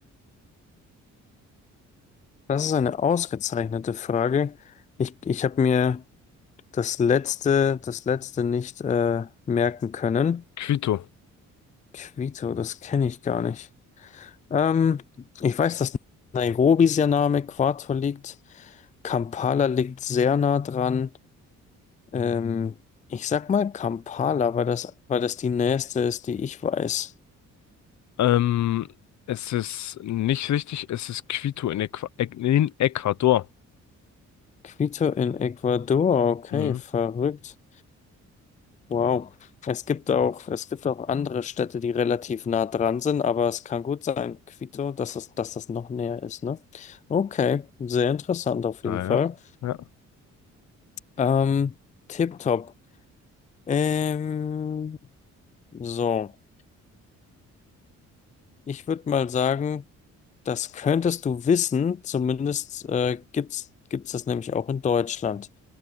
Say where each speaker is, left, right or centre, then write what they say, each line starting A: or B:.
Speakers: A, on the left; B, on the left.
A: Das ist eine ausgezeichnete Frage. Ich, ich habe mir das letzte, das letzte nicht äh, merken können.
B: Quito.
A: Quito, das kenne ich gar nicht. Ähm, ich weiß, dass Nairobi sehr nah am Äquator liegt. Kampala liegt sehr nah dran. Ähm, ich sag mal Kampala, weil das, weil das die nächste ist, die ich weiß.
B: Ähm, es ist nicht richtig, es ist Quito in, Äqu Ä- in Ecuador.
A: Quito in Ecuador, okay,
B: Mhm.
A: verrückt. Wow. Es gibt auch, es gibt auch andere Städte, die relativ nah dran sind, aber es kann gut sein, Quito, dass das dass das noch näher ist, ne? Okay, sehr interessant auf
B: Naja.
A: jeden Fall.
B: Ja.
A: Ähm, tipptopp. Ähm, So, ich würde mal sagen, das könntest du wissen, zumindest äh, gibt's, gibt's das nämlich auch in Deutschland.